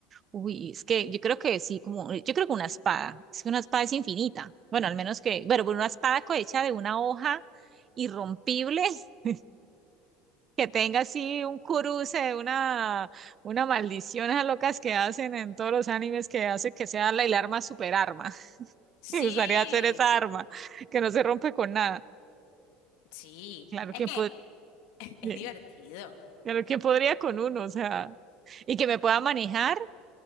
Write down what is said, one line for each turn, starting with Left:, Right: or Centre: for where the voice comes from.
Right: Uy, es que yo creo que sí, como, yo creo que una espada. Es que una espada es infinita. Bueno, al menos que, bueno, una espada co- hecha de una hoja irrompible <laughs> que tenga así un cruce, una, una maldición a locas que hacen en todos los animes que hace que sea la, el arma super arma. <laughs>
Left: sí,
Right: Me gustaría hacer esa arma que no se rompe con nada.
Left: sí.
Right: Claro,
Left: Es
Right: ¿quién
Left: que
Right: pod-
Left: es
Right: eh,
Left: divertido.
Right: claro, ¿quién podría con uno? O sea, y que me pueda manejar.